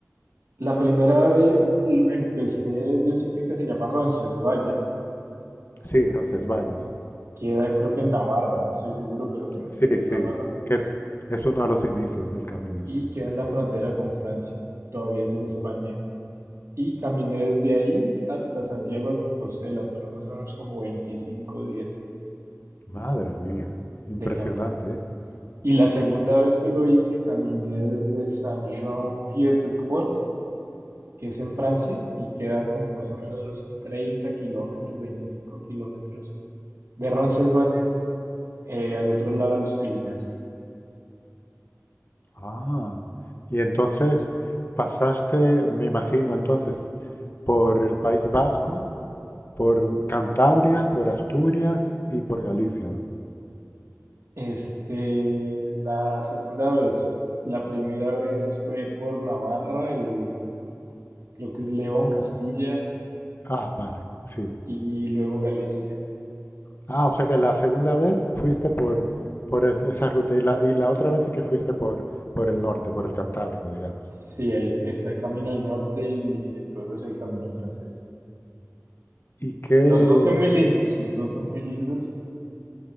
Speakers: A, on the right; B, on the left.
A: La primera vez lo empecé desde un sitio que se llama Roncesvalles.
B: Sí, Roncesvalles.
A: Queda creo que en Navarra, no estoy seguro, pero me imagino
B: Sí,
A: que es
B: sí,
A: Navarra.
B: que es, es uno de los inicios del camino,
A: y
B: sí.
A: queda en la frontera con Francia, es- todavía es en España. Y caminé desde ahí hasta Santiago de Compostela, fueron más o menos como 25 días
B: Madre mía, impresionante,
A: de caminata.
B: ¿eh?
A: Y la segunda vez que lo hice, caminé desde Saint-Jean-Pied-de-Port, que es en Francia, y queda como más o menos unos 30 kilómetros, 25 kilómetros de Roncesvalles, eh, al otro lado de los Pirineos.
B: Ah, y entonces pasaste, me imagino, entonces, por el País Vasco, por Cantabria, por Asturias y por Galicia, ¿no?
A: Este, la segunda vez, la primera vez fue por Navarra y creo que es León, Castilla
B: Ah, vale, sí.
A: y luego Galicia.
B: Ah, o sea que la segunda vez fuiste por, por es- esa ruta y la, y la otra vez sí que fuiste por, por el norte, por el Cantábrico, digamos.
A: Sí, ahí está el camino del norte y eh, luego es el camino francés.
B: ¿Y qué,
A: Los dos son muy lindos, los dos son muy lindos.